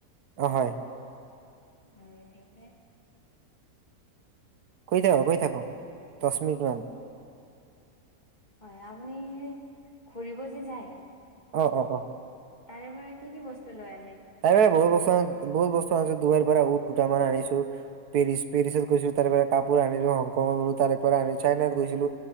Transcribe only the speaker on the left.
উ সেইট
হয় আপুনি ঘুৰিব যে যায়
তাৰে ভৰা কি কি বস্তু লৈছে